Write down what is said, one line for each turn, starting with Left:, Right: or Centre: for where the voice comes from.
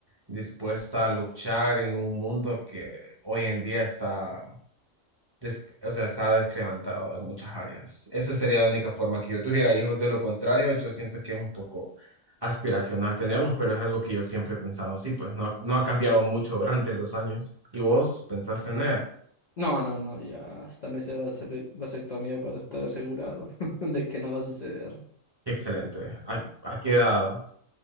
Right: dispuesta a luchar en un mundo que hoy en día está des- o sea, está descremantado en muchas áreas. Esa sería la única forma que yo tuviera hijos. De lo contrario, yo siento que es un poco aspiracional tenerlos, pero es algo que yo siempre he pensado así, pues no, ha- no ha cambiado mucho durante los años. ¿Y vos pensás tener?
Left: No, no, no, ya hasta me hice vase- vasectomía para estar asegurado <laughs> de que no va a suceder.
Right: Qué excelente. ¿A, a qué edad?